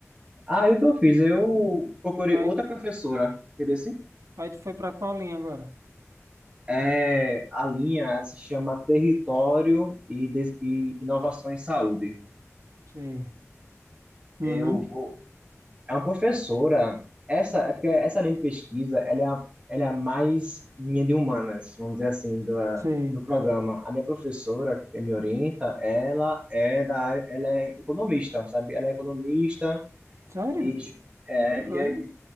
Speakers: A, on the right; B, on the right.
A: Aí o que eu fiz? Eu procurei
B: Aí,
A: outra professora, entendeu? assim?
B: aí tu foi pra qual linha agora?
A: É, a linha ela se chama Território e, Des- e Inovações em Saúde.
B: Sei. Uhum.
A: Eu vou, É uma professora. Essa, é porque essa linha de pesquisa, ela é a, ela é a mais minha de humanas, vamos dizer assim, do,
B: Sei.
A: do programa. A minha professora, que me orienta, ela é da área, ela é economista, sabe? Ela é economista
B: Sério?
A: e, é,
B: Que coisa?
A: e é-